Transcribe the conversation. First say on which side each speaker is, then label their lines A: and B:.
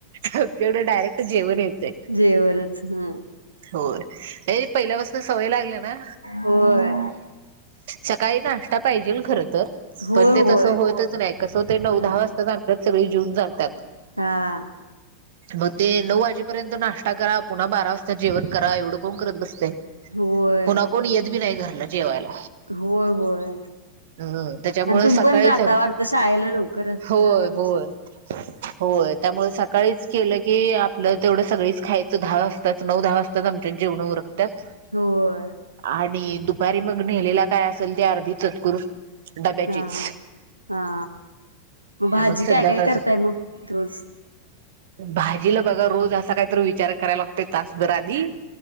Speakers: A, on the right (about 55°); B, on the right (about 80°).
A: आमच्याकडं डायरेक्ट जेवन येतंय.
B: जेवणच ह
A: होय. हे पहिल्यापासून सवय लागल्या ना.
B: होय
A: सकाळी नाष्टा पायजेल खरं. तर.
B: होय
A: पण ते
B: होय
A: तसं होईतच नाय. कस होतय नऊ
B: हा
A: - दहा वाजताच आपन- - सगळी जेऊन जात्यात.
B: हा.
A: म ते नऊ वाजेपर्यंत नाष्टा करा. पुन्हा बारा वाज जता जेवण करा, एवढं कोण करत बसतयं.
B: होय
A: पुन्हा कुण येतं बी नाय घ रला जेवायला.
B: होय. होय.
A: हम्म त्याच्यामुळे
B: आणि तुमी
A: सकाळीच
B: पण जाता वाटत शाळेला लवकरच?
A: होय
B: धाला म्हणजे.
A: होय होय त्यामुळे सकाळीच केलं की आपलं तेवढं सगळीच खायचं दहा वा -- जताचं नऊ- धा वाजताच आमच जेवणं उरकत्यात.
B: होय्.
A: आणि दुपारी मग नेलेला काय असेल ते अर्धी चतकूर डब्याचीच
B: हा, हा. म भाजी
A: मग संध्याकाळच
B: काय काय करताय म रोज?
A: भाजीला बघा रोज असा कायतर विचार कराय लाग आस् बर आधी